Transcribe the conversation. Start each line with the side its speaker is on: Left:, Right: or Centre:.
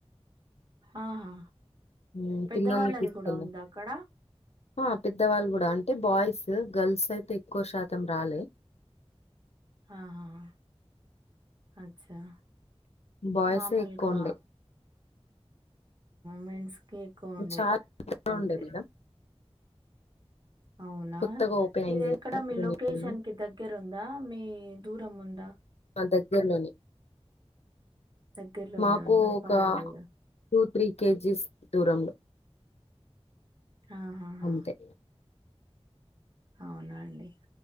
Right: ఆహా
Left: హ్మ్.
Right: పెద్దవాళ్ళది
Left: పిల్లల్ని తీసుకెళ్ళాం.
Right: కూడా ఉంది అక్కడ
Left: ఆ పెద్దవాళ్ళు కూడా అంటే బాయ్స్ గర్ల్స్ అయితే ఎక్కువ శాతం రాలే
Right: ఆహాహా అచ్చా
Left: బాయ్సే
Right: మామూలుగా
Left: ఎక్కువుండే.
Right: మెన్స్ కే ఎక్కువ ఉండే
Left: చాలా
Right: అంతే
Left: ఉండే మేడం.
Right: అవునా
Left: కొత్తగా ఓపెన్ అయింది
Right: ఇది ఎక్కడ
Left: గదా! ఇప్పుడు
Right: మీ లొకేషన్
Left: నేను
Right: కి దగ్గర ఉందా మీ దూరం ఉందా
Left: మా దగ్గరలోని
Right: దగ్గరలోనే
Left: మాకు
Right: ఉందా
Left: ఒక
Right: పర్వాలేదు
Left: టూ త్రీ కేజీస్ దూరంలో
Right: ఆహాహా
Left: అంతే
Right: అవున అండి